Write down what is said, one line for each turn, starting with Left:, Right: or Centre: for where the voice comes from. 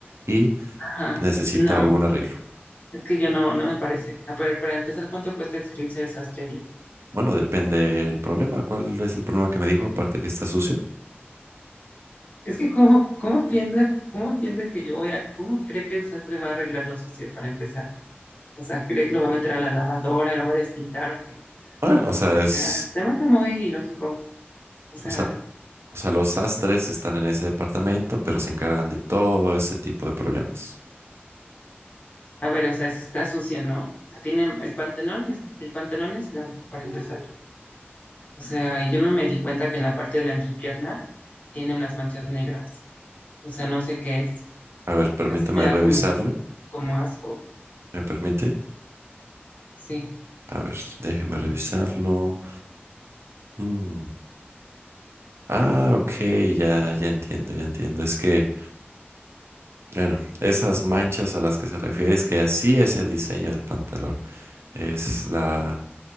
Right: y
Left: ajá,
Right: necesita
Left: no,
Right: algún arreglo.
Left: es que yo no, no me parece. A ver, para empezar, ¿cuánto cuesta el servicio de sastrería?
Right: Bueno, depende el problema. ¿Cuál es el problema que me dijo? Aparte que está sucio.
Left: Es que, ¿cómo, cómo piensa, cómo piensa que yo voy a, cómo cree que el sastre va a arreglar lo sucio para empezar? O sea, cree que lo va a meter a la lavadora, lo va a despintar o qué.
Right: Bueno, o sea,
Left: O
Right: es...
Left: sea, se me hace muy ilógico. O sea,
Right: O sea, O sea, los sastres están en ese departamento, pero se encargan de todo ese tipo de problemas.
Left: a ver, o sea, si está sucio, ¿no? O sea, tiene el pantalón es, el pantalón es blanco para empezar. O sea, y yo no me di cuenta que en la parte de la entrepierna tiene unas manchas negras. O sea, no sé qué es.
Right: A ver, permítame
Left: O sea, sí me da
Right: revisarlo.
Left: como, como asco.
Right: ¿Me permite?
Left: Sí.
Right: A ver, déjeme revisarlo. Mm. Ah, ok, ya, ya entiendo, ya entiendo. Es que, bueno, esas manchas a las que se refiere es que así es el diseño del pantalón. Es la,